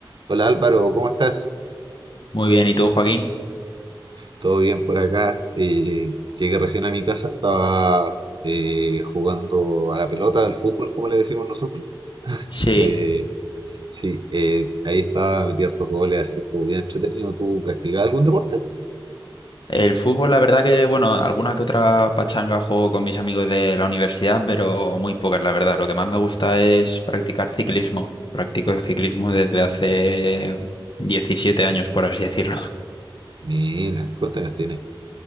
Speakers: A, on the right; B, on the left.
A: Hola Álvaro, ¿cómo estás?
B: Muy bien, ¿y tú, Joaquín?
A: Todo bien por acá. Eh, llegué recién a mi casa, estaba eh, jugando a la pelota, al fútbol, como le decimos nosotros.
B: Sí,
A: Eh, sí, eh, ahí estaba, metí hartos goles, así que estuvo bien entretenido. ¿Tú practicabas algún deporte?
B: el fútbol, la verdad que, bueno, alguna que otra pachanga juego con mis amigos de la universidad, pero muy pocas, la verdad. Lo que más me gusta es practicar ciclismo. Practico ciclismo desde hace 17 años, por así decirlo.
A: Mira, ¿cuántos años tienes?